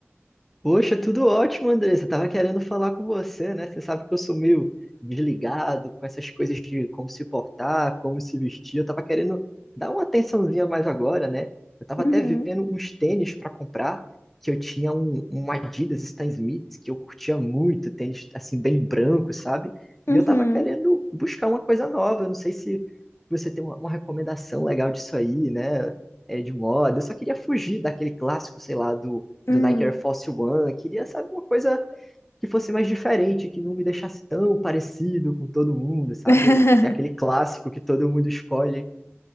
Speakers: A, in the centre; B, on the left.
A: Poxa, tudo ótimo, Andressa. Tava querendo falar com você, né? Você sabe que eu sou meio desligado com essas coisas de como se portar, como se vestir. Eu tava querendo dar uma atençãozinha mais agora, né? Eu tava
B: Uhum,
A: até vendo uns tênis para comprar, que eu tinha um, um Adidas Stan Smith, que eu curtia muito, tênis assim bem branco, sabe?
B: uhum,
A: E eu tava querendo buscar uma coisa nova. Eu não sei se você tem uma, uma recomendação legal disso aí, né? É, de moda. Eu só queria fugir daquele clássico, sei lá, do
B: Hum.
A: do Nike Air Force One, queria, sabe, uma coisa que fosse mais diferente, que não me deixasse tão parecido com todo mundo, sabe?
B: <laughs>
A: Eu, ser aquele clássico que todo mundo escolhe.